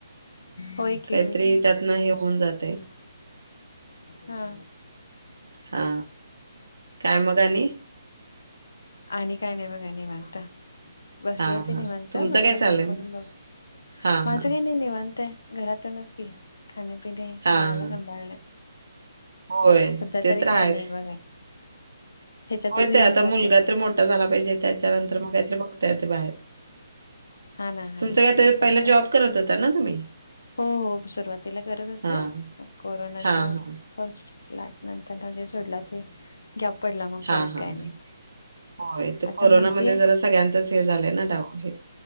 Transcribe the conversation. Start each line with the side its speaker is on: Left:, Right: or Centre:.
Left: होय. की
Right: कायतरी
Left: होय की
Right: त्यातन हे होऊन जातय.
Left: हा
Right: हा, काय मग आणि?
Left: आणि काय नाही बघा, निवांत बसले
Right: हा
Left: होते
Right: हा
Left: निवांत
Right: तुमचं
Left: म्हटलं
Right: काय चाललंय
Left: फोन
Right: मग
Left: करून बघू,
Right: हा
Left: माझं
Right: हा
Left: काय नाही निवांत आहे घरातुनच की खाणे-पिणे,
Right: हां,
Left: बाळाला
Right: हां.
Left: सांभाळणे.
Right: होय,
Left: सध्या
Right: ते
Left: तरी
Right: तर
Left: काही
Right: आहेच.
Left: नाही बघा ह्याच्यातच
Right: होय
Left: दिवस
Right: ते आता
Left: जातात
Right: मुलगा तर मोठा झाला पाहिजे, त्याच्यानंतर मग काहीतरी बघता येत बाहेर.
Left: हा ना हा
Right: तुमच
Left: ना
Right: काय तरी,
Left: सध्याचा
Right: पहिला जॉब करत होता ना तुम्ही?
Left: हो हो, सुरुवातीला करत होते
Right: हां,
Left: म कोरोनाच्या
Right: हां, हां.
Left: फर्स्ट लाट नंतरन जे सोडला ते, ग्याप पडला मग
Right: हां,
Left: परत
Right: हां.
Left: काय नाही.
Right: होय, तर
Left: आता
Right: कोरोनामध्ये
Left: म्हणतीय
Right: जरा सगळ्यांचंच हे झालंय ना डाऊन हे